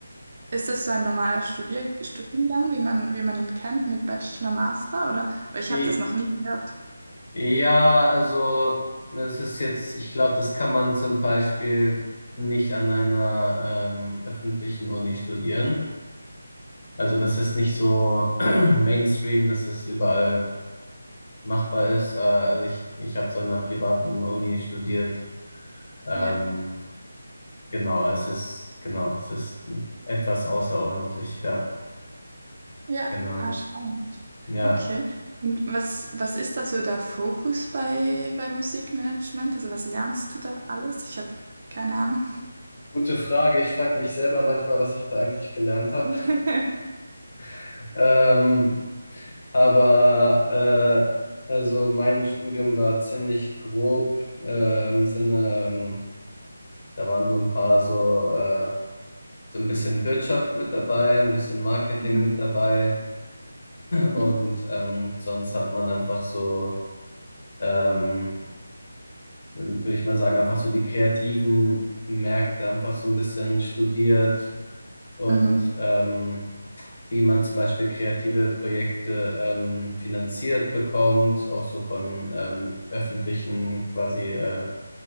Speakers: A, on the right; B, on the left.
A: Ist das so ein normaler Studier Studiengang, wie man, wie man ihn kennt, mit Bachelor, Master oder? Weil ich
B: I-
A: habe das noch nie gehört.
B: Ja, also es ist jetzt, ich glaube, das kann man zum Beispiel nicht an einer ähm, öffentlichen Uni studieren. Also das ist nicht so <clears throat> Mainstream, dass das überall machbar ist. Äh, also ich, ich habe es an einer privaten Uni studiert. Ähm,
A: Ja,
B: genau, es ist, genau, es ist etwas außerordentlich, ja,
A: ja,
B: genau.
A: ah, spannend.
B: Ja.
A: Okay. Und was, was ist da so der Fokus bei, bei Musikmanagement? Also was lernst du da alles? Ich habe keine Ahnung.
B: Gute Frage. Ich frage mich selber manchmal, was ich da eigentlich gelernt habe.
A: <laughs>
B: <laughs> Ähm, Aber äh, also mein Studium war ziemlich grob äh, im Sinne, ähm, da waren so ein paar so, äh, so ein bisschen Wirtschaft mit dabei, ein bisschen Marketing
A: Mhm.
B: mit dabei und
A: Ja.
B: ähm, sonst hat man einfach so, ähm, würde ich mal sagen, einfach so die kreativen Märkte einfach so ein bisschen studiert und
A: Mhm.
B: ähm, wie man zum Beispiel kreative Projekte ähm, finanziert bekommt, auch so von ähm, öffentlichen quasi äh,